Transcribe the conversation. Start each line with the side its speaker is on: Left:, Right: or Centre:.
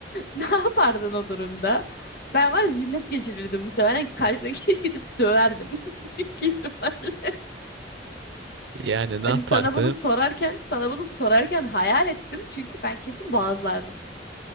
Left: ne yapardın o durumda? Ben var ya cinnet geçirirdim muhtemelen kalbime <laughs> gidip döverdim. <laughs> Büyük ihtimal.
Right: Yani ne
Left: Hani
Right: yapardım?
Left: sana bunu sorarken, sana bunu sorarken hayal ettim. Çünkü ben kesin boğazlardım.